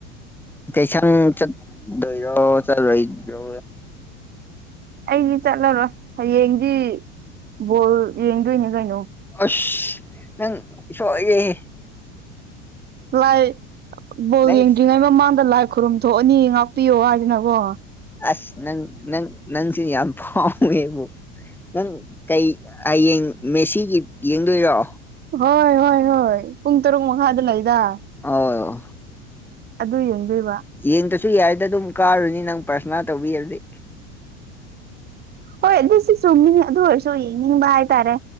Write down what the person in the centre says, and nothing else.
ꯀꯩꯁꯪ ꯆꯠꯗꯣꯏꯔꯣ ꯆꯠꯂꯣꯏꯗ꯭ꯔꯣ
ꯑꯁ ꯅꯪ ꯏꯁꯣꯏꯔꯦꯍꯦ
ꯅꯪ
ꯑꯁ ꯅꯪ ꯅꯪ ꯅꯪꯁꯤ ꯌꯥꯝ ꯐꯥꯎꯋꯦꯕꯨ ꯅꯪ ꯀꯩ ꯍꯌꯦꯡ ꯃꯦꯁꯤꯒꯤ ꯌꯦꯡꯗꯣꯏꯔꯣ
ꯑꯧ
ꯌꯦꯡꯗꯁꯨ ꯌꯥꯏꯗ ꯑꯗꯨꯝ ꯀꯥꯔꯅꯤ ꯅꯪ ꯄ꯭ꯔꯥꯊꯅꯥ ꯇꯧꯕꯤꯔꯕꯗꯤ